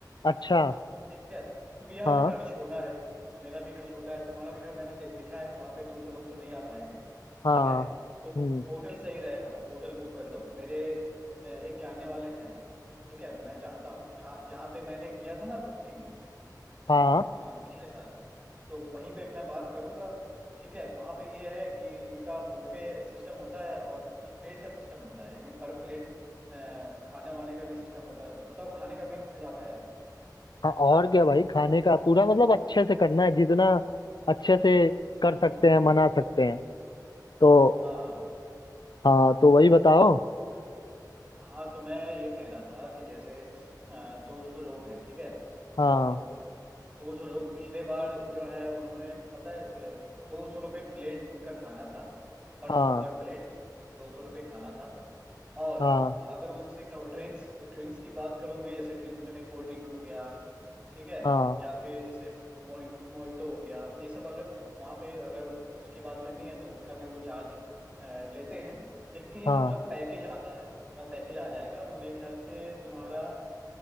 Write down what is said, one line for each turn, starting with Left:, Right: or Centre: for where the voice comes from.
Left: अच्छा
Right: ठीक है क्योंकि यार
Left: हाँ
Right: घर छोटा है मेरा भी घर छोटा है तुम्हारा भी घर मैंने देखा है वहां पे दो सौ लोग तो नहीं आ पाएंगे ठीक
Left: हाँ
Right: है तो
Left: हम्म
Right: होटल सही रहेगा होटल बुक कर लो मेरे अ, एक जानने वाले हैं ठीक है मैं जानता हूँ जहाँ जहाँ पे मैंने किया था ना बुकिंग
Left: अच्छा
Right: अ, पिछले साल तो वहीं पे मैं बात करूंगा ठीक है वहां पे ये है कि उनका बूफे सिस्टम होता है और प्लेट का सिस्टम होता है यानी पर प्लेट खाने वाने का भी सिस्टम होता है बताओ खाने का भी इंतजाम है
Left: हाँ और क्या भाई खाने का पूरा मतलब अच्छे से करना है जितना अच्छे से कर
Right: हम्म,
Left: सकते हैं मना सकते हैं तो
Right: हाँ हाँ
Left: हाँ तो वही बताओ
Right: हाँ तो मैं ये कह रहा था कि जैसे दो सौ लोग हैं ठीक है
Left: हाँ
Right: तो दो सौ लोग पिछले बार जो है उन्होंने पता है दो सौ रुपये प्लेट उनका खाना था पर
Left: हाँ
Right: पर प्लेट दो सौ रुपये खाना था और
Left: हाँ
Right: अगर उससे ड्रिंक्स ड्रिंक्स की बात करोगे जैसे ड्रिंक्स में कोल्ड ड्रिंक हो गया ठीक है
Left: हाँ
Right: या फिर जैसे मोइ मोइटो हो गया ये सब अगर वहाँ पे अगर उसकी बात करनी है तो उसका भी वो चार्ज अ, लेते हैं लेकिन एक
Left: हाँ
Right: पूरा पैकेज आता है पूरा पैकेज आ जाएगा वो मेरे ख्याल से तुम्हारा